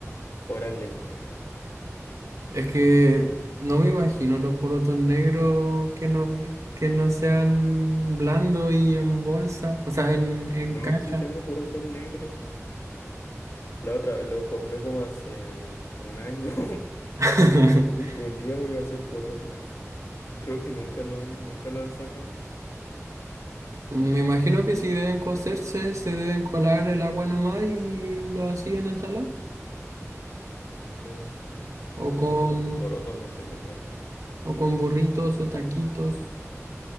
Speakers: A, on the left; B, on the right.
A: Ahora lentejas.
B: Es que no me imagino los porotos negros que no, que no sean blandos y en bolsa. O sea, en, en
A: No,
B: caja.
A: sí tengo porotos negros. La otra, los compré como hace un año. <laughs>
B: <laughs>
A: Dije, un día voy a hacer porotos. Creo que nunca lo he- nunca lo han sacado.
B: Me imagino que si deben cocerse, se deben colar el agua nomás y lo hacían en ensalada.
A: Puede ser.
B: O
A: Sí,
B: con,
A: porque porotos no se preparan.
B: o con burritos o taquitos.